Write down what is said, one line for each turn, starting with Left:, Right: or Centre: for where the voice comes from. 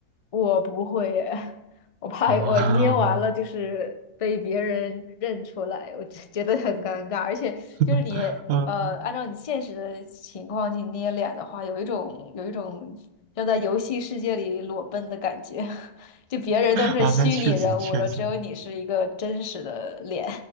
Left: 我不会耶 <laughs> 我怕我捏完了就是被别人认出来，
Right: 哦，
Left: 我就觉得很尴尬。而且就是你呃，
Right: <laughs> 嗯，<laughs> 嗯，
Left: 按照你现实的情况去捏脸的话，有一种有一种要在游戏世界里裸奔的感觉，<laughs> 就别人都是虚拟人物，
Right: 啊，那确实确实，
Left: 然后只有你是一个真实的脸。